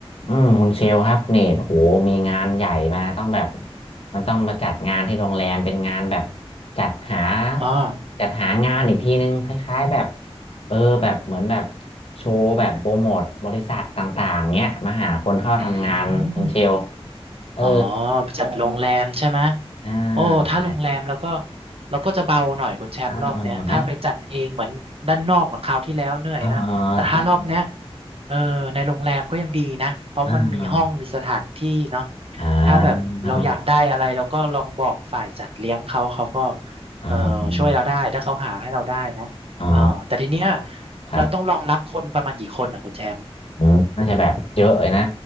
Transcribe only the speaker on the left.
อืมคุณเชลครับเนี่ยโอ้โหมีงานใหญ่มาต้องแบบมันต้องมาจัดงานที่โรงแรมเป็นงานแบบจัดหา
จัดหางานอีกทีนึงคล้ายๆแบบเออแบบเหมือนแบบโชว์แบบโปรโมทบริษัทต่างๆเนี้ยมาหาคนเข้าทำงานคุณเชล
เออ
อ่า
ใช่
อ่าเออไหมอ่าแจกเลย
อ่าอ่า
อ่าอ่า
อ๋อครับ
อืมน่าจะแบบเยอะเลยนะ